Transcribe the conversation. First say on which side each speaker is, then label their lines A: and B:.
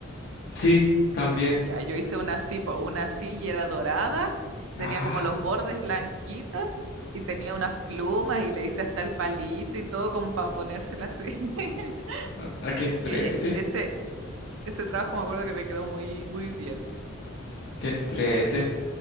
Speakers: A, on the left; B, on the right.
A: Sí, también.
B: Ya, yo hice una así, po, una así y era dorada,
A: Ah,
B: tenía como los bordes blanquitos y tenía unas plumas y le hice hasta el palito y todo como para ponérsela así. <laughs>
A: a a que entrete,
B: E- e- ese, ese trabajo me acuerdo que me quedó muy, muy bien.
A: que entrete.